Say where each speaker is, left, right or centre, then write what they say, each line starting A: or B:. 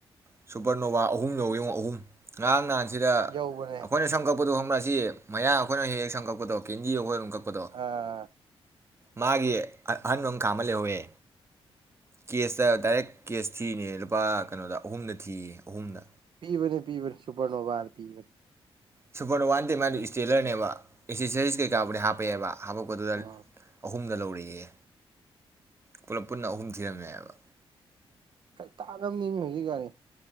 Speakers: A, on the right; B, on the right.
A: ꯁꯨꯄ꯭ꯔ ꯅꯣꯕꯥ ꯑꯍꯨꯝ ꯌꯧꯋꯤꯉꯣ ꯑꯍꯨꯝ ꯉꯔꯥꯡ ꯅꯍꯥꯟ <unintelligible> ꯁꯤꯗ
B: ꯌꯧꯕꯅꯦ
A: ꯑꯩꯈꯣꯏꯅ ꯁꯝ ꯀꯛꯄ ꯀꯛꯄꯗꯣ ꯈꯪꯕ꯭ꯔꯥ ꯑꯁꯤ ꯃꯌꯥꯝ ꯑꯩꯈꯣꯏꯅ ꯍꯦꯛ ꯍꯦꯛ ꯁꯝ ꯀꯛꯄꯗꯣ ꯀꯦꯟꯗꯤ ꯑꯩꯈꯣꯏ ꯑꯗꯨꯝ ꯀꯛ ꯗꯣ
B: ꯑꯥ
A: ꯃꯥꯒꯤ ꯑꯥ ꯑꯍꯟꯕ ꯀꯥ ꯑꯃ ꯂꯩꯍꯧꯋꯦ ꯀꯦꯁꯇ ꯗꯥꯏꯔꯦꯛ ꯀꯦꯁ ꯊꯤꯔꯤꯅꯦ ꯂꯨꯄꯥ ꯀꯩꯅꯣꯗ ꯑꯍꯨꯝꯗ ꯊꯤꯌꯦ ꯑꯍꯨꯝꯗ
B: ꯄꯤꯕꯅꯤ ꯄꯤꯕꯅꯤ ꯁꯨꯄꯥꯔꯅꯣꯕꯥꯅ ꯄꯤꯕꯅꯤ꯫
A: ꯁꯨꯄꯔꯅꯣꯕꯥ ꯅꯠꯇꯦ ꯃꯥꯏꯗꯣ ꯏꯁꯇꯦꯂꯔꯅꯦꯕ ꯑꯦꯁꯦꯁꯔꯤꯁ ꯀꯩꯀꯥꯕꯨꯗꯤ ꯍꯥꯞꯄꯛꯑꯦꯕ ꯍꯥꯞꯄꯛꯄꯗꯨꯗ
B: ꯎꯝ
A: ꯑꯍꯨꯝꯗ ꯂꯧꯔꯛꯑꯦꯌꯦ ꯄꯨꯂꯞ ꯄꯨꯟꯅ ꯑꯍꯨꯝ ꯊꯤꯔꯝꯃꯦꯕ
B: ꯀꯩ ꯇꯥꯗꯝꯅꯦꯃꯤ <unintelligible>